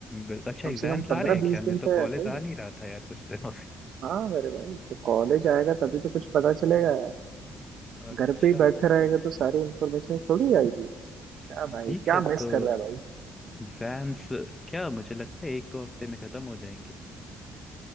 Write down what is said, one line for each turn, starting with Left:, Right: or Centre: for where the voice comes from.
Left: बिल- अच्छा
Right: कम
Left: एग्जाम्स
Right: से कम पंद्रह
Left: आ रहे हैं क्या
Right: बीस दिन
Left: मैं तो
Right: का
Left: कॉलेज
Right: है ही
Left: आ नहीं रहा था यार कुछ दिनों से
Right: हाँ मेरे भाई तो कॉलेज आएगा तभी तो कुछ पता चलेगा
Left: अच्छा
Right: घर पे ही बैठा रहेगा तो सारी इन्फॉर्मेशन थोड़ी आएगी क्या भाई
Left: ठीक
Right: क्या
Left: है
Right: मिस
Left: तो
Right: कर रहा है भाई
Left: एग्जाम्स क्या मुझे लगता है एक दो हफ्ते में खत्म हो जाएंगे